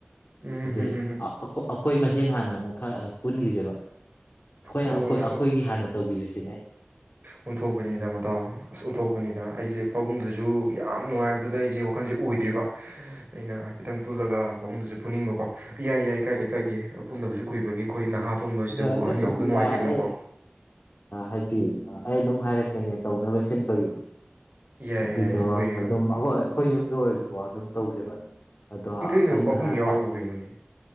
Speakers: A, on the right (about 50°); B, on the left (about 45°).
A: ꯎꯝ
B: ꯍꯥꯏꯗꯤ
A: ꯍꯝ ꯍꯝ ꯍꯝ
B: ꯑꯩꯈꯣꯏ ꯃꯁꯦꯟ ꯍꯥꯟꯅ ꯑꯃꯨꯛ ꯄꯨꯟꯈꯤꯁꯦꯕ ꯑꯩꯈꯣꯏ
A: ꯑꯣ
B: ꯑꯩꯈꯣꯏ ꯑꯩꯈꯣꯏꯒꯤ ꯍꯥꯟꯅ ꯇꯧꯈꯤꯖꯁꯤꯦ
A: ꯑꯣꯟꯊꯣꯛꯄꯅꯤꯗ ꯃꯇꯥꯎ ꯑꯁ ꯑꯣꯟꯊꯣꯛꯄꯅꯤꯗ ꯑꯩꯁꯦ ꯄꯥꯕꯨꯡꯗꯨꯁꯨ ꯁꯨ ꯌꯥꯝ ꯅꯨꯡꯉꯥꯏꯕꯗꯨꯗ ꯑꯩꯁꯦ ꯋꯥꯈꯜꯁꯦ ꯑꯣꯏꯗ꯭ꯔꯤꯕ ꯑꯩꯅ ꯍꯥꯏꯐꯦꯠꯇꯪ ꯄꯨꯜꯂꯒ ꯄꯥꯕꯨꯡꯗꯁꯨ ꯄꯨꯅꯤꯡꯕꯀꯣ ꯏꯌꯥꯏ ꯌꯥꯏ ꯀꯥꯏꯗꯦ ꯀꯥꯏꯗꯦ ꯄꯨꯟꯅꯁꯨ ꯀꯨꯏꯕꯒꯤ ꯑꯩꯈꯣꯏ ꯅꯍꯥ ꯄꯨꯟꯕꯁꯤꯗꯕꯨ
B: ꯍꯣꯏ ꯑꯗꯨꯝꯕꯗꯤ
A: ꯑꯍꯟ ꯌꯥꯎꯕꯗꯣ ꯅꯨꯡꯉꯥꯏꯇꯦꯗꯅꯀꯣ
B: ꯑꯩ ꯍꯥꯏꯗꯤ ꯑꯩ ꯑꯗꯨꯝ ꯍꯥꯏꯔꯛꯀꯦꯅꯦ ꯇꯧꯅꯕ ꯁꯤꯟꯕꯒꯤꯗꯣ
A: ꯌꯥꯏ
B: ꯑꯗꯨꯗꯣ
A: ꯌꯥꯏ ꯌꯥꯏ ꯑꯩꯈꯣꯏ
B: ꯑꯗꯨꯝꯈꯣꯏ ꯑꯩꯈꯣꯏ ꯌꯨꯝꯗ ꯑꯣꯏꯔꯁꯨ ꯑꯣ ꯑꯗꯨꯝ ꯇꯧꯁꯦꯕ ꯑꯗꯣ
A: ꯏ ꯀꯩꯅꯣ
B: ꯑꯩꯅ
A: ꯄꯥꯕꯨꯡ
B: ꯍꯥꯏꯄ
A: ꯌꯥꯎꯔꯕ ꯀꯩꯅꯣꯅꯦ